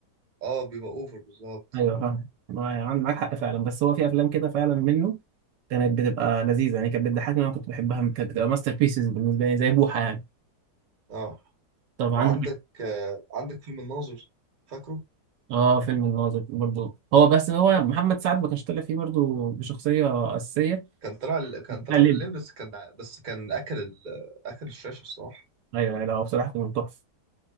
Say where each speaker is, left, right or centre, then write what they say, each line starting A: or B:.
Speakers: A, on the right (about 35°); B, on the right (about 80°).
A: اه بيبقى اوفر بالظبط
B: أيوه فاهم ما يعني معاك حق فعلا بس هو في أفلام كده فعلا منه كانت بتبقى لذيذة يعني كانت بتضحكني أنا كنت بحبها كانت بتبقى ماستر بيسز بالنسبة لي زي بوحة يعني
A: اه
B: طبعا
A: وعندك آه، عندك فيلم الناظر فاكره
B: اه فيلم الناظر برضه هو بس هو محمد سعد ما كانش طالع فيه برضه بشخصية أساسية
A: كان طلع ال- كان
B: بتاع
A: طلع
B: الليمبي
A: بالليل بس كان بس كان اكل ال... اكل الشاشه الصراحه
B: أيوه أيوة، لا هو بصراحة كان تحفة